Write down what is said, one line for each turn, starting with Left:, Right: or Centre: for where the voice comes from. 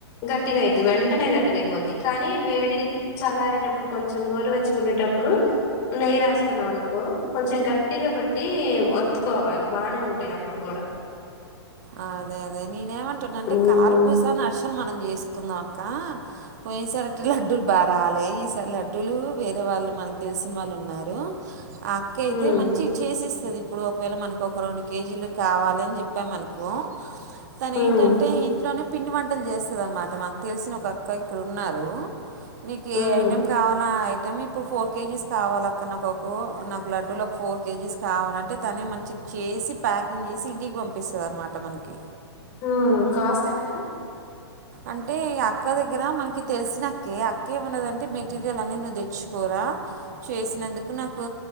Left: గట్టిగా అయిద్ది వెంటనే గట్టిగా అయిపోద్ది కానీ వేడి చల్లారేటప్పుడు కొంచెం గోరువెచ్చగుండేటప్పుడు నెయ్యి రాసుకున్నాం అనుకో కొంచెం గట్టిగా పట్టి ఒత్తుకోవాలి బానే ఉంటాయి అప్పుడు గూడా
Right: అ అదే అదే నేనేమంటున్నాంటే
Left: హ్మ్
Right: కారపూస నర్షల్ మనం జేస్. తుందమక్క పోయిన్ సారట్లీ లడ్డూల్ బారాలే ఈసార్ లడ్డూలు వేరే వాళ్ళు మనక్ దెల్సి. సిన్వాల్లున్నారు ఆ అక్కైతే
Left: హ్మ్
Right: మంచిగ్ చేసిస్తది. ఇప్పుడు ఒకవేళ మనకొక రొండు కేజీలు తేవాలె. కో తనేంటంటే
Left: హ్మ్
Right: ఏం టోనే పిండి వన్ టలు చేస్తుది అన్నమాట మాకు తెలిసిన ఒక క్క ఇక్కడున్నారు నీకు
Left: హ్మ్
Right: ఏ ఐటెమ్ కావాలా అ ఐ టేం ఇప్పుడు ఫోర్ కే జీ స్ కావాలక్క నాకోకు నాకు లడ్డూలు ఒక ఫోర్ కే జీ స్ కావాలంటే తనే మంచి చేసి ప్యాకింగ్ చేసి ఇంటికి పంపిస్ తదనమాట మనకి
Left: ఊ కాస్ట్ అక్క
Right: అంటే ఈ అక్క దగ్గర మనకి తెలిసినక్కే అక్క ఏమన్నదంటే మెటీరియల్ అన్నీ నువ్వు దె చ్చుకోరా చేసినందుకు నాకు